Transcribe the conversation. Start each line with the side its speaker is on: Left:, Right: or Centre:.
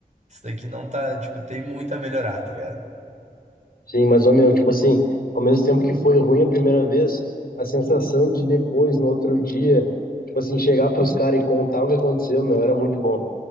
Right: isso daqui não tá. Tipo, tem muito a melhorar, tá ligado?
Left: Sim, mas, ô meu, tipo assim, ao mesmo tempo que foi ruim a primeira vez, a sensação de depois, no outro dia, tipo assim, chegar pros caras e contar o que aconteceu, meu, era muito bom.